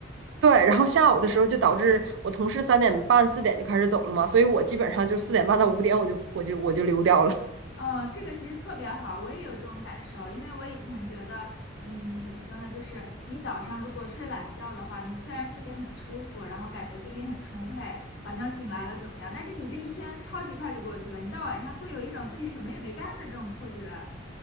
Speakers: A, on the right; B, on the left.
A: 对，然后下午的时候就导致我同事三点半、四点就开始走了嘛，所以我基本上就四点半到五点我就我就我就溜掉了。<laughs>
B: 呃，这个其实特别好，我也有这种感受，因为我以前觉得，嗯，怎么说呢，就是你早上如果睡懒觉的话，你虽然自己很舒服，然后感觉精力很充沛，好像醒来了怎么样，但是你这一天超级快就过去了，你到晚上会有一种自己什么也没干的这种错觉。